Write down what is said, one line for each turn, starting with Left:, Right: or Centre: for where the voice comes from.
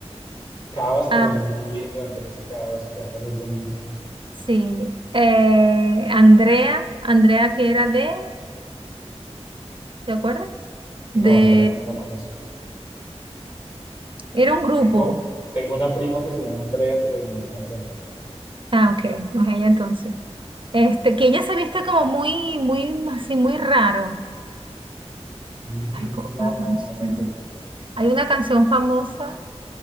Left: Cavas también
Right: a,
Left: es muy lindo, Andrés Cavas canta muy bonito.
Right: sí, eh, Andrea, Andrea que era de, ¿te acuerdas?
Left: No,
Right: De,
Left: Andrea no la conozco.
Right: era un grupo,
Left: Tengo, tengo una prima que se llama Andrea, pero no es cantante.
Right: ah, ok, no es ella entonces, este, que ella se viste como muy, muy, así, muy raro,
Left: Mm,
Right: ay,
Left: mm,
Right: ¿cómo
Left: no,
Right: fue la canción?
Left: no me acuerdo.
Right: Hay una canción famosa,